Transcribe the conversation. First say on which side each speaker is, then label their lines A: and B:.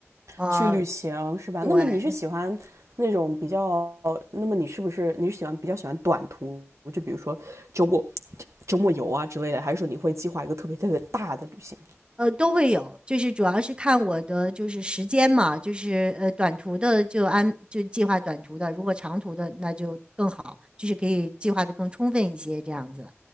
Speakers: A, on the right; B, on the right.
A: 呃，
B: 去旅行是吧？
A: 对，
B: 那么你是喜欢那种比较，那么你是不是你是喜欢比较喜欢短途，就比如说周末周末游啊之类的，还是说你会计划一个特别特别大的旅行？
A: 呃都会有，就是主要是看我的就是时间嘛，就是呃短途的就安就计划短途的，如果长途的那就更好，就是可以计划的更充分一些这样子。